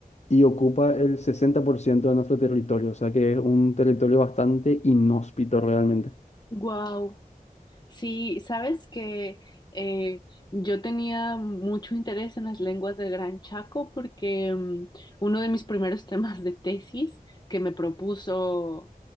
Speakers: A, on the left; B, on the left.
A: y ocupa el 60% de nuestro territorio, o sea que es un territorio bastante inhóspito realmente.
B: Wow. Sí, sabes que eh, yo tenía mucho interés en las lenguas del Gran Chaco porque mm, uno de mis primeros <laughs> temas de tesis que me propuso